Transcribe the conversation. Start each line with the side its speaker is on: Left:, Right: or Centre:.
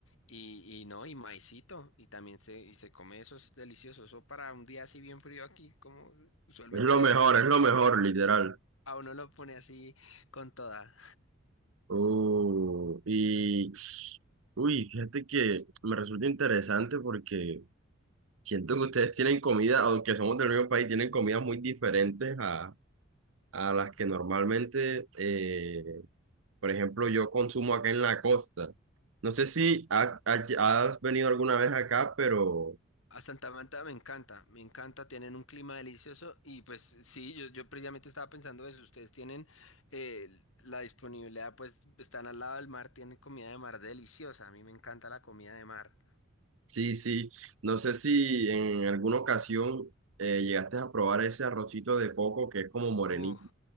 Left: Y, y no, y maicito, y también se, y se come eso, es delicioso. Eso para un día así bien frío aquí, como usualmente
Right: Es lo
Left: hay
Right: mejor,
Left: en Bogotá,
Right: es lo mejor, literal.
Left: a uno lo pone así con toda.
Right: Oh, y uy, fíjate que me resulta interesante porque siento que ustedes tienen comida, aunque somos del mismo país, tienen comidas muy diferentes a, a las que normalmente, eh, por ejemplo, yo consumo acá en la costa. No sé si ha- ha- has venido alguna vez acá, pero
Left: A Santa Marta me encanta, me encanta, tienen un clima delicioso y pues sí, yo, yo precisamente estaba pensando eso, ustedes tienen eh, la disponibilidad, pues están al lado del mar, tienen comida de mar deliciosa, a mí me encanta la comida de mar.
Right: sí, sí, no sé si en alguna ocasión eh, llegaste a probar ese arrocito de coco que es como morenito.
Left: Oh,